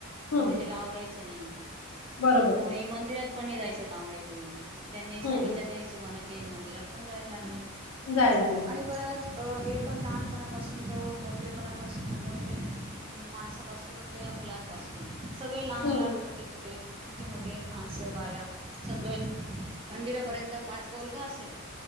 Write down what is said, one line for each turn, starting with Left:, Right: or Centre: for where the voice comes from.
Left: हम्म
Right: कोणी त्याला आवरायचं नाही
Left: बरोबर
Right: कोणी मंदिरात पण नाही जायचं उता बंगळूर त्यांनी सांगितल्या
Left: हम्म
Right: त्या हिशोबाने ते मंदिरात पण जायला लागले
Left: जाय लागले
Right: आणि परत हे पण लहानपणापासून तर मोठेपणापासून मोठे माणसापासून तर या मुलांपासून सगळे लहान
Left: हम्म
Right: लहान छोटे छोटे मोठे मोठे माणसं बाया सगळे मंदिरापर्यंत पाच पाऊल का असेना